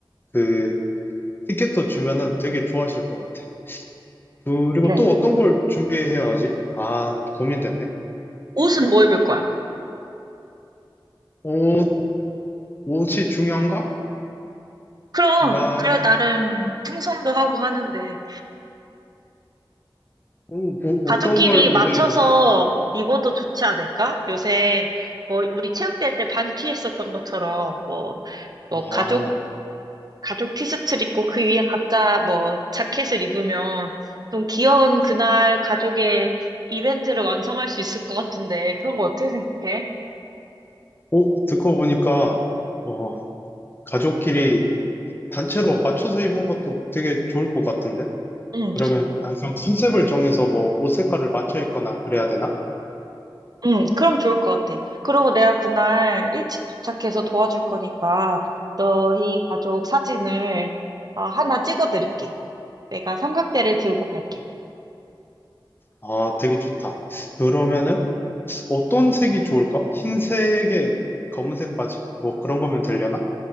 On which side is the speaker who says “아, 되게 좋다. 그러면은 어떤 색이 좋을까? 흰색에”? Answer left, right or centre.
Left